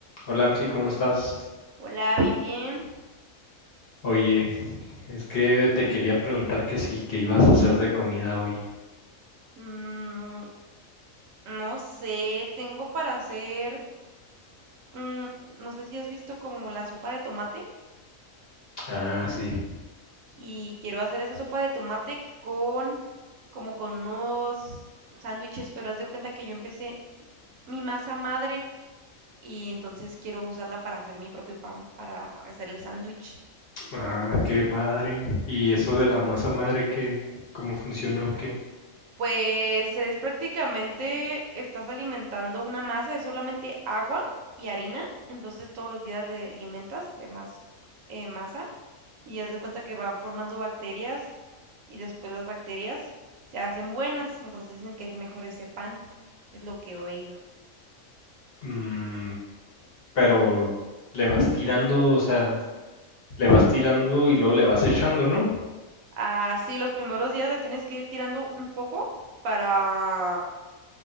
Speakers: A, on the left; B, on the right.
A: Hola, Amsi, ¿cómo estás?
B: Hola, bien, bien.
A: Oye, es que te quería preguntar que sí, que ibas a hacer de comida hoy.
B: Mm, no sé, tengo para hacer, mm, no sé si has visto como la sopa de tomate
A: Ah, sí.
B: y quiero hacer esa sopa de tomate con, como con unos sándwiches, pero haz de cuenta que yo empecé mi masa madre y entonces quiero usarla para hacer mi propio pan, para hacer el sándwich.
A: Ah, qué padre. ¿Y eso de la masa madre, qué, cómo funciona o qué?
B: Pues es prácticamente, estás alimentando una masa, es solamente agua y harina, entonces todos los días le alimentas de más eh, masa y haz de cuenta que van formando bacterias y después las bacterias se hacen buenas, entonces dicen que es mejor ese pan, es lo que he oído.
A: Mm, pero le vas tirando, o sea, le vas tirando y luego le vas echando, ¿no?
B: Así, los primeros días le tienes que ir tirando un poco para